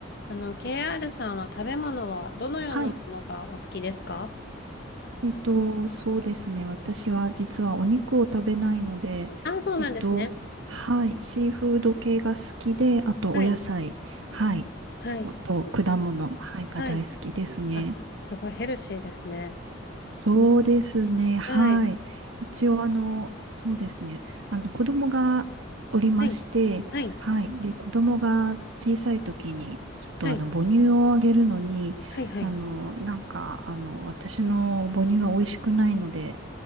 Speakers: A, on the left; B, on the right.
A: あの、KR さんは食べ物はどのようなものがお好きですか
B: はい。えっと、そうですね。私は実はお肉を食べないので、
A: あ、そうなんですね。
B: えっと、はい。シーフード系が好きで、あとお野菜、
A: はい。
B: はい。
A: はい。
B: あと果物、はい、が大好きですね。
A: はい。あ、すごいヘルシーですね。
B: そうですね。はい。
A: はい。
B: 一応、あの、そうですね。あの、子供がおりまして、
A: はい。はい。
B: はい。で、子供が小さい時に、ちょっとあの、
A: はい。
B: 母乳をあげるのに、
A: はい。はい。
B: あの、なんか、あの、私の母乳は美味しくないので、